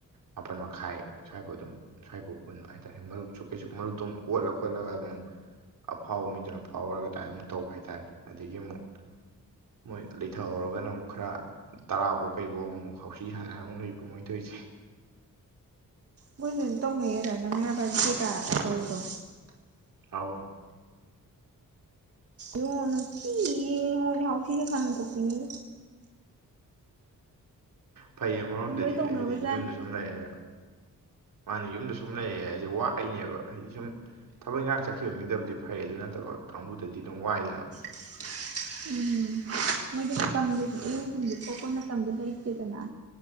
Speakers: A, on the right (about 80°); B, on the right (about 45°).
A: ꯃꯥꯄꯜ ꯃꯈꯥꯏ ꯁ꯭ꯋꯥꯏꯕꯨ ꯑꯗꯨꯝ ꯁ꯭ꯋꯥꯏꯕꯨꯧ ꯎꯟꯕ ꯍꯥꯏꯇꯥꯔꯦ ꯃꯔꯨꯞꯁꯨ ꯀꯩꯁꯨ ꯃꯔꯨꯞꯇꯨꯛ ꯑꯣꯠꯂ ꯈꯣꯠꯂꯒ ꯑꯃꯨꯛ ꯑꯐꯥꯎꯕ ꯃꯤꯗꯨꯅ ꯑꯐꯥꯎꯔꯒ ꯑꯗꯨꯃꯥꯏ ꯑꯃꯨꯛ ꯇꯧꯕ ꯍꯥꯏꯇꯥꯔꯦ ꯑꯗꯒꯤ ꯑꯃꯨꯛ ꯃꯣꯏ ꯊꯍꯧꯔꯒꯅ ꯑꯃꯨꯛ ꯈꯔ ꯇꯔꯥꯐꯧ ꯀꯩꯐꯧ ꯑꯃꯨꯛ ꯍꯧꯥꯎꯁꯤ ꯁꯥꯟꯅ ꯑꯃꯨꯛ ꯂꯩꯕ ꯃꯣꯏꯊꯣꯏꯁꯦ
B: ꯈ‌ꯣꯏꯖꯁꯨ ꯇꯧꯅ ꯑꯗꯨꯔꯅ ꯃꯕꯗꯤ ꯀꯦꯒꯥ ꯇꯧꯗꯣ
A: ꯑꯥ
B: ꯌ ꯅ ꯍꯥꯎꯁꯤ ꯈꯅ ꯇꯧꯅꯤ
A: ꯐꯩꯌꯦ ꯑꯃꯔꯣꯝꯗꯗꯤ
B: ꯂꯣꯏ ꯇꯧꯅꯕꯖꯥꯠꯅꯤ
A: ꯍꯥꯏꯗꯤ ꯌꯨꯝꯗ ꯁꯨꯝ ꯂꯩꯔꯒ ꯃꯥꯅꯤ ꯌꯨꯝꯗ ꯁꯨꯝ ꯂꯩ ꯍꯥꯏꯁꯦ ꯋꯥꯏꯅꯦꯕ ꯍꯥꯏꯗꯤ ꯁꯨꯝ ꯊꯕꯛ ꯏꯪꯈꯥꯡ ꯆꯠꯈꯤꯕ ꯃꯤꯗꯕꯨꯗꯤ ꯐꯩ ꯑꯗꯨ ꯅꯠꯇꯕ ꯀꯥꯡꯕꯨꯗꯗꯤ ꯑꯗꯨꯝ ꯋꯥꯏꯗꯅ
B: <unintelligible> ꯎꯝ ꯃꯣꯏꯗꯤ ꯃꯇꯝꯗ
A: ꯑꯗꯨ
B: ꯏꯌꯣꯡꯁꯤꯡꯗ ꯊꯣꯛꯄ ꯃꯇꯝꯗ ꯂꯩꯇꯦꯗꯅ